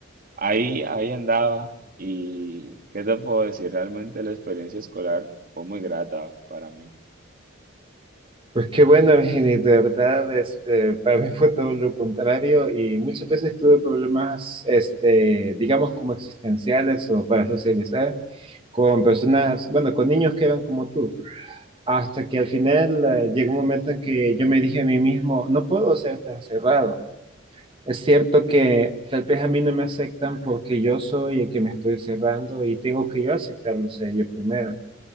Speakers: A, on the right; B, on the right.
A: Ahí, ahí andaba y qué te puedo decir, realmente la experiencia escolar fue muy grata para mí.
B: Pues qué bueno, Virginia, de verdad, este, para mí fue todo lo contrario y muchas veces tuve problemas, este, digamos, como existenciales o para socializar con personas, bueno, con niños que eran como tú, hasta que al final eh, llegó un momento en que yo me dije a mí mismo, no puedo ser tan cerrado. Es cierto que tal vez a mí no me aceptan porque yo soy el que me estoy cerrando y tengo que yo aceptarlos a ellos primero.